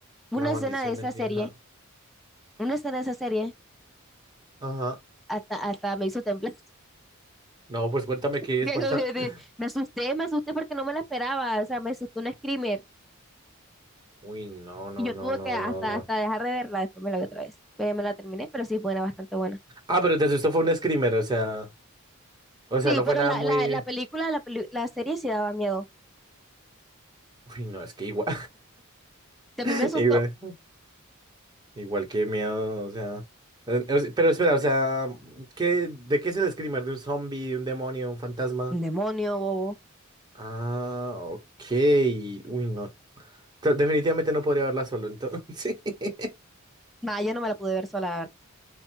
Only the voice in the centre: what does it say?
Una
escena de esa
serie,
una escena de esa serie
hasta, hasta me hizo temblar.
<laughs>
Me
asusté, me asusté porque no me la esperaba, o sea, me asustó un screamer
y yo
tuve
que hasta,
hasta dejar de verla, después me la vi otra vez, pero me la terminé, pero sí, es buena, bastante buena.
Sí,
pero
la,
la, la película, la, peli- la serie sí daba miedo.
también
me asustó,
un demonio, bobo.
Nah, yo no me la pude ver sola, la verdad.